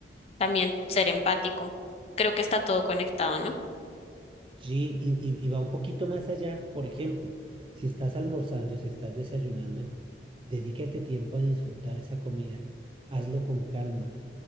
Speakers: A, on the left; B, on the right.
A: también ser empático. Creo que está todo conectado, ¿no?
B: sí, y, y y va un poquito más allá. Por ejemplo, si estás almorzando, si estás desayunando, dedícate tiempo a disfrutar esa comida. Hazlo con calma.